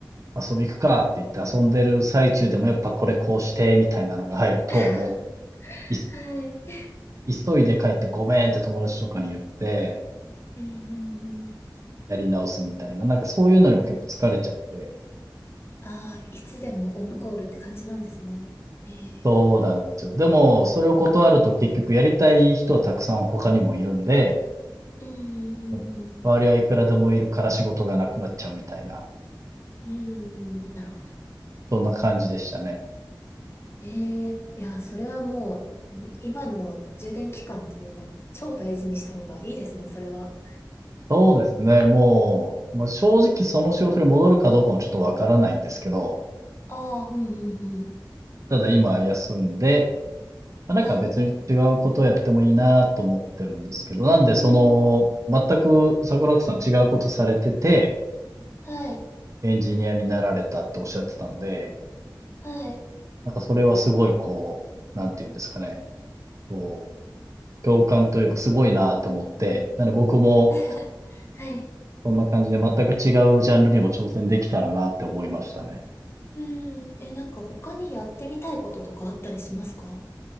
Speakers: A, on the right; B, on the left.
A: 遊び行くかって言って遊んでる最中でもやっぱこれこうしてみたいなのが入ると、
B: <laughs>
A: もうい
B: はい。
A: 急いで帰ってごめんって友達とかに言って
B: うんうんうん。
A: やり直すみたいな、なんかそういうのにも結構疲れちゃって。
B: ああ、いつでもオンコールって感じなんですね。ええ。
A: そうなんですよ。でも、それを断ると結局やりたい人はたくさん他にもいるんで、
B: うんうんうんうんうん。
A: その、周りはいくらでもいるから仕事がなくなっちゃうみたいな、
B: うん、なるほど。
A: そんな感じでしたね。
B: ええ、いや、それはもう、もう今の充電期間というか、超大事にした方がいいですね、それは。
A: そうですね、もう、まあ、正直その仕事に戻るかどうかもちょっとわからないんですけど、
B: ああ、うんうんうん。
A: ただ今休んで、まあ、なんか別に違うことをやってもいいなと思ってるんですけど、
B: はい。
A: なんでその、
B: うん、
A: 全く桜子さん違うことされてて、
B: はい、
A: エンジニアになられたっておっしゃってたんで、
B: はい。
A: なんかそれはすごいこう、なんていうんですかね、こう、共感というかすごいなと思って、なので僕も
B: <laughs> はい。
A: そんな感じで全く違うジャンルにも挑戦できたらなって思いましたね。
B: うん、え、なんか他にやってみたいこととかあったりしますか